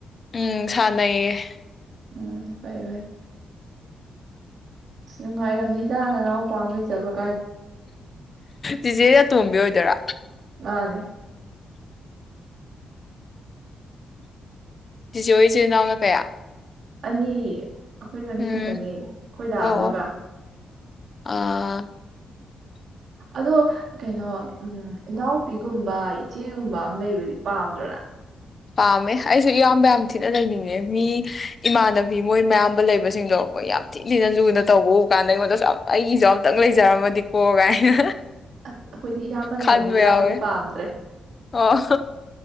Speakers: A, on the left (about 45°); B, on the right (about 70°).
A: ꯎꯝ ꯁꯥꯟꯅꯩꯌꯦ
B: ꯎꯝ ꯐꯩ ꯐꯩ ꯅꯨꯡꯉꯥꯏ <unintelligible> ꯗꯥ ꯅꯅꯥꯎꯄꯥꯝ ꯂꯩꯖ <unintelligible>
A: ꯆꯤꯆꯦ ꯇꯣꯝꯕꯤ ꯑꯣꯏꯗꯣꯏꯔꯣ
B: ꯃꯥꯅꯦ
A: ꯆꯤꯆꯦꯍꯣꯏ ꯏꯆꯤꯟ ꯏꯅꯥꯎꯅ ꯀꯌꯥ
B: ꯑꯅꯤ ꯑꯈꯣꯏꯖꯨ ꯑꯅꯤ
A: ꯎꯝ
B: ꯈꯛꯇꯅꯤ ꯑꯈꯣꯏ ꯗꯥ
A: ꯑꯣ
B: ꯑꯃꯒ
A: ꯑꯣ ꯑꯥ
B: ꯑꯗꯣ ꯀꯩꯅꯣ ꯎꯝ ꯏꯅꯥꯎꯄꯤꯒꯨꯝꯕ ꯏꯆꯦ ꯆꯦꯒꯨꯝꯕ ꯑꯃ ꯂꯩꯕꯗꯤ ꯄꯥꯝꯗ꯭ꯔꯣꯅ
A: ꯄꯥꯝꯃꯦ ꯑꯩꯁꯨ ꯏꯌꯥꯝꯕ ꯌꯥꯝ ꯊꯤꯅ ꯂꯩꯅꯤꯡꯉꯦ ꯃꯤ ꯏꯃꯥꯟꯅꯕꯤ ꯃꯣꯏ ꯃꯌꯥꯝꯕ ꯂꯩꯕꯁꯤꯡꯗꯣ ꯑꯈꯣꯏ ꯌꯥꯝ ꯊꯤꯅ ꯊꯤꯅ ꯂꯨꯅ ꯇꯧꯕ ꯎ ꯀꯥꯟꯗ ꯑꯩꯉꯣꯟꯗꯁꯨ ꯑꯩꯒꯤꯁꯨ ꯑꯝꯇꯪ ꯂꯩꯖꯔꯝꯃꯗꯤꯀꯣ ꯀꯥꯏꯅ
B: ꯑꯁ ꯑꯈꯣꯏꯗꯤ ꯏꯌꯥꯝꯕ ꯂꯩꯔꯕꯅꯤꯅ
A: ꯈꯟꯕ
B: ꯏꯌꯥꯝꯕꯗꯤ
A: ꯌꯥꯎꯋꯦ
B: ꯄꯥꯝꯗ꯭ꯔꯦ
A: ꯑꯣ